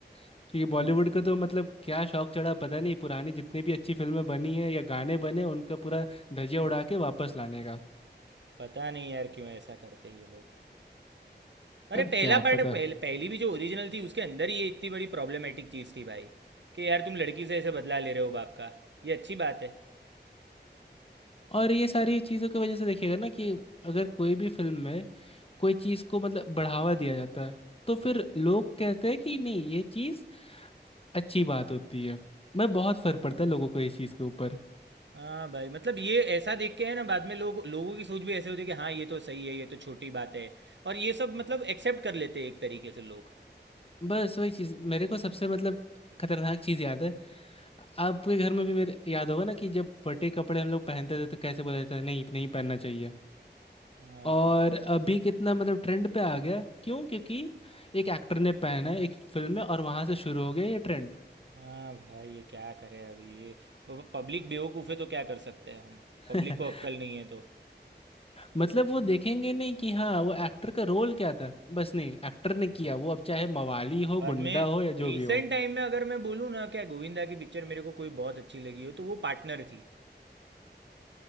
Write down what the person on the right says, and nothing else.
हाँ
भाई
पता नहीं यार क्यों ऐसा करते ये लोग अरे
पहला
पार्ट
पहल, पहली भी जो ओरिजिनल थी उसके अंदर ही ये इतनी बड़ी प्रॉब्लमेटिक चीज़ थी भाई कि यार तुम लड़की से ऐसे बदला ले रहे हो बाप का ये अच्छी बात है
हाँ भाई मतलब ये ऐसा देख के है ना बाद में लोग लोगों की सोच भी ऐसे होती है कि हाँ ये तो सही है ये तो छोटी बात है और ये सब मतलब एक्सेप्ट कर लेते हैं एक तरीके से लोग
हाँ
भाई
हाँ भाई ये क्या करें अभी ये प- पब्लिक बेवकूफ़ है तो क्या कर सकते हैं हम पब्लिक
को अक्ल नहीं है तो
हाँ
भाई।
बाद
में
रिसेंट
टाइम में अगर मैं बोलूँ ना क्या गोविंदा की पिक्चर मेरे को कोई बहुत अच्छी लगी हो तो वो पार्टनर थी